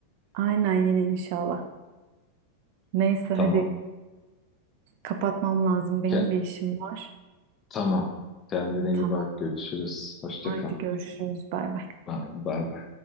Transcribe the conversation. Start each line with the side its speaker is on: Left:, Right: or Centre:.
Right: Aynen yine inşallah. Neyse
Left: Tamam.
Right: hadi kapatmam lazım benim
Left: Ke-
Right: bir işim var.
Left: tamam. Kendine
Right: Tamam.
Left: iyi bak. Görüşürüz. Hoşça
Right: Haydi
Left: kal.
Right: görüşürüz. Bay bay.
Left: Bay bay. bay.